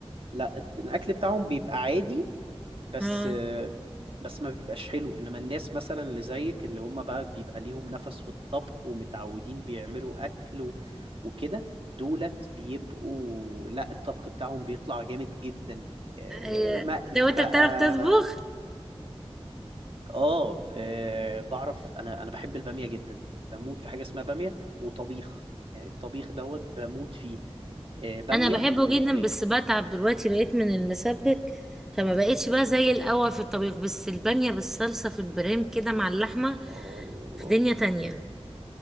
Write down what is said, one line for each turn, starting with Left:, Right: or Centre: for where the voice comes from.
Right: لا الت- الاكل بتاعهم بيبقى عادي بس
Centre: اه
Right: بس ما بيبقاش حلو انما الناس مثلا اللي زيك اللي هم بقى بيبقى ليهم نفس في الطبخ ومتعودين بيعملوا اكل و- وكده دولت بيبقوا لا الطبخ بتاعهم بيطلع جامد جدا آه،
Centre: آه،
Right: مقلي
Centre: طب انت
Right: بقى
Centre: بتعرف تطبخ
Right: اه آه، بعرف انا انا بحب البامية جدا بموت في حاجة اسمها بامية وطبيخ يعني الطبيخ دوت بموت فيه آه، بامية
Centre: انا بحبه
Right: وملوخية
Centre: جدا بس بتعب دلوقتي بقيت من المسبك فما بقيتش بقى زي الاول في الطبيخ بس البامية بالصلصة في البريم كده مع اللحمة
Right: امم
Centre: في دنيا تانية